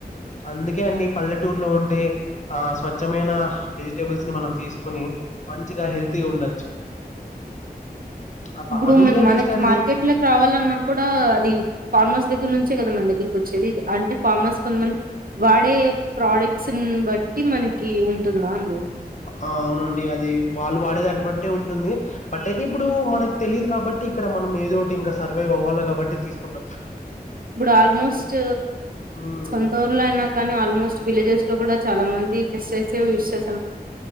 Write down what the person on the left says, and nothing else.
అందుకే అండి పల్లెటూరులో ఉంటే ఆ స్వచ్ఛమైన వెజిటేబుల్స్ ని మనం తీసుకుని మంచిగా హెల్తీగా ఉండొచ్చు
ఆ
ఫార్మింగే
బెస్ట్ అండి.
అవునండి అది వాళ్ళు వాడేది అటువంటి ఉంటుంది బట్ అయితే ఇప్పుడు మనకి తెలీదు కాబట్టి ఇక్కడ మనం ఏదో ఒకటి ఇంకా సర్వై అవ్వాలి కాబట్టి తీసుకు కుంట
హ్మ్.